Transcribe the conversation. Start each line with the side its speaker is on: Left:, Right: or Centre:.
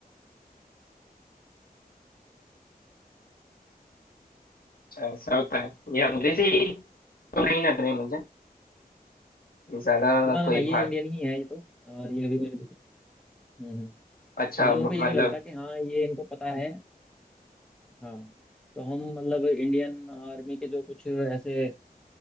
Left: अच्छा ऐसा होता है ये अंग्रेजी तो नहीं लग रही मुझे ज्यादा
Centre: ना ना
Left: कोई
Centre: ना ये
Left: भाग
Centre: इंडियन ही है ये तो अ, ये अभी मैंने हम्म हम्म। तो
Left: अच्छा
Centre: मतलब
Left: म-
Centre: उनको ये
Left: मतलब
Centre: नहीं लगता कि हाँ ये इनको पता है हाँ तो हम मतलब इंडियन आर्मी के जो कुछ ऐसे